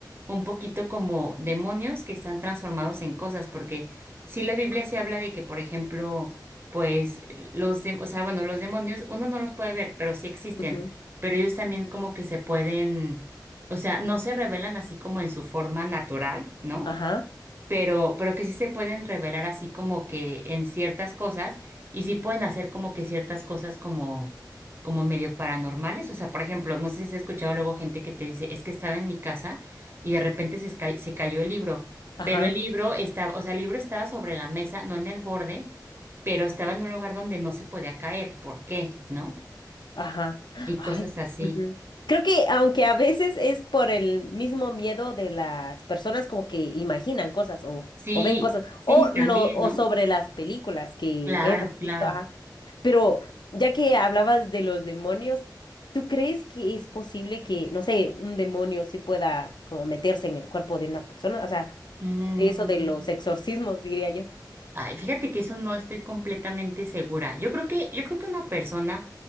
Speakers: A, on the right; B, on the left.
A: un poquito como demonios que están transformados en cosas, porque sí la Biblia se habla de que, por ejemplo, pues los, de- o sea, bueno, los demonios uno no los puede ver, pero sí existen.
B: Ujú,
A: Pero ellos también como que se pueden o sea, no se revelan así como en su forma natural, ¿no?
B: Ajá,
A: Pero, pero que sí se pueden revelar así como que en ciertas cosas y sí pueden hacer como que ciertas cosas como, como medio paranormales. O sea, por ejemplo, no sé si has escuchado luego gente que te dice, es que estaba en mi casa y de repente se, esca- se cayó el libro,
B: ajá,
A: pero el libro estaba, o sea, el libro estaba sobre la mesa, no en el borde, pero estaba en un lugar donde no se podía caer. ¿Por qué? ¿No?
B: ajá.
A: Y
B: Ay,
A: cosas así.
B: ujú. Creo que aunque a veces es por el mismo miedo de las personas como que imaginan cosas o,
A: Sí,
B: o ven cosas
A: sí,
B: o
A: también,
B: lo o
A: ¿no?
B: sobre las películas que
A: Claro,
B: hemos
A: claro.
B: visto, ajá. Pero ya que hablabas de los demonios, ¿tú crees que es posible que, no sé, un demonio sí pueda como meterse en el cuerpo de una persona? O sea,
A: Mm,
B: de eso de los exorcismos, diría yo.
A: Ay, fíjate que eso no estoy completamente segura. Yo creo que, yo creo que una persona